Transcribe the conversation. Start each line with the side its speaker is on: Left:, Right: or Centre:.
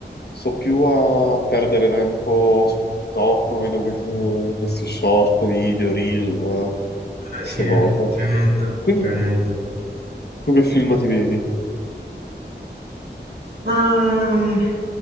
Left: Sto più a perdere tempo su TikTok, vedo questi, questi short, video, reel, eh,
Right: Eh
Left: queste
Right: sì,
Left: cose.
Right: tremendo,
Left: Quindi,
Right: tremendo.
Left: tu che film ti vedi?
Right: Ma, mhmm,